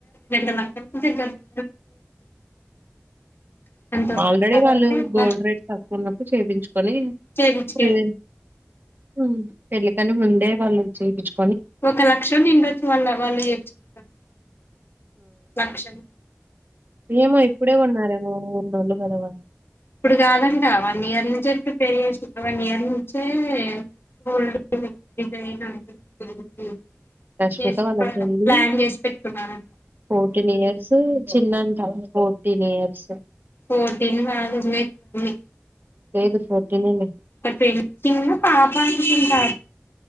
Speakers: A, on the left; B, on the right.
A: రెండు లక్షలకు దగ్గర <unintelligible> అంత వస్తుందంటే
B: ఆల్రెడీ వాళ్ళు
A: అబ్బా
B: గోల్డ్ రేట్ తక్ క్కువున్నప్పుడు చేపించు కోని
A: చేపిచ్చుకే
B: పోయ్ అ పెళ్ళికని ముందే వాళ్ళు చేపించు
A: ఒక లక్షం నిండొచ్చు వాళ్ళు వాళ్ళు చెపిచ్చుకునేకి లక్షం
B: ఏమో ఇప్పుడే కొన్నారేమో ఉన్నోళ్ళు కదవాల్
A: ఇప్పుడు కాదంట వన్ ఇయర్ నుంచే ప్రిపేర్ చేసి వన్ ఇయర్ నుంచే గోల్డ్ డిజైన్ <unintelligible>
B: రష్మిక
A: చేసి
B: వాళ్ళ చెల్లి
A: ప్లాన్ చేసి పెట్టుకున్నారంట
B: ఫోర్టీన్ ఇయర్స్ చిన్నంట ఫోర్టీన్ ఇయర్స్
A: ఫోర్టీన్ కాదు ఇంగా కొంచెం ఎక్కువే
B: లేదు ఫోర్టీనేలే
A: ఫోర్టీన్ చిన్న పాప అనుకుంట